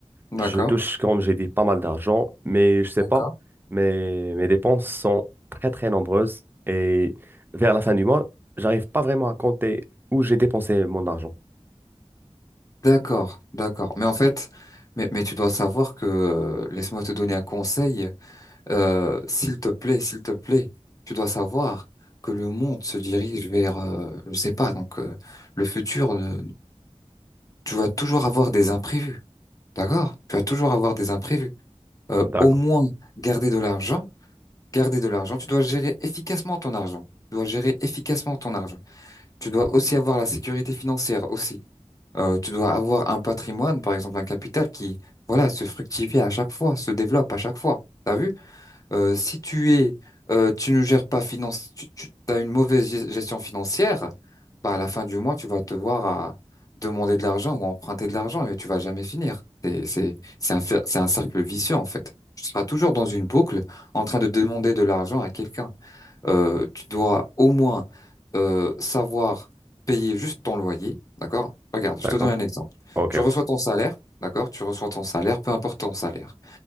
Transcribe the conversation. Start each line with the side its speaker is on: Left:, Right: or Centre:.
Left: d'accord,
Right: Je touche, comme j'ai dit, pas mal d'argent, mais je sais
Left: d'accord.
Right: pas, mes, mes dépenses sont très, très nombreuses. Et vers la fin du mois, j'arrive pas vraiment à compter où j'ai dépensé mon argent.
Left: D'accord, d'accord. Mais en fait, mais, mais tu dois savoir que, euh, laisse-moi te donner un conseil, euh, s'il te plaît, s'il te plaît, tu dois savoir que le monde se dirige vers, euh, je sais pas, donc euh, le futur, euh, tu vas toujours avoir des imprévus, d'accord? Tu vas toujours avoir des imprévus. Euh,
Right: D'accord,
Left: au moins, garder de l'argent, garder de l'argent, tu dois gérer efficacement ton argent. Tu dois gérer efficacement ton argent. Tu dois aussi avoir la sécurité financière aussi. Euh, tu dois avoir un patrimoine, par exemple un capital qui, voilà, se fructifie à chaque fois, se développe à chaque fois. T'as vu? Euh, si tu es, euh, tu ne gères pas finance, tu, tu as une mauvaise ge- gestion financière, bah, à la fin du mois, tu vas te voir à demander de l'argent ou emprunter de l'argent et tu vas jamais finir. C'est, c'est, c'est un, fer- c'est un cercle vicieux, en fait. Tu seras toujours dans une boucle en train de demander de l'argent à quelqu'un euh, tu dois au moins euh, savoir payer juste ton loyer, d'accord? Regarde,
Right: d'accord.
Left: je te donne un exemple.
Right: Ok,
Left: Tu reçois
Right: ok.
Left: ton salaire, d'accord? Tu reçois ton salaire, peu importe ton salaire.